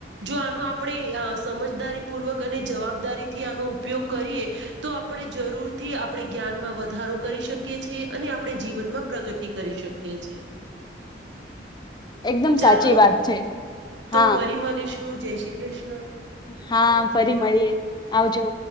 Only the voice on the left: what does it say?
એકદમ
સાચી વાત છે
હા,
હા ફરી મળીએ આવજઉ.